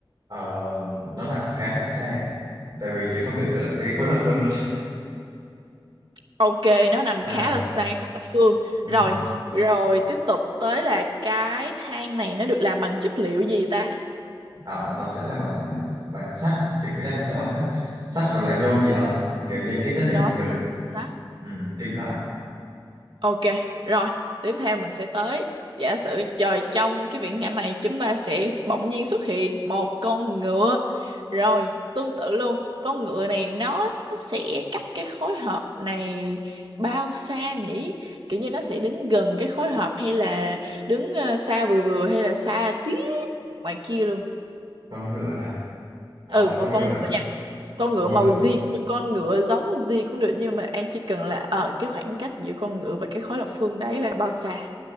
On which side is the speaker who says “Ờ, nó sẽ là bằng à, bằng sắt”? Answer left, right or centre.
Right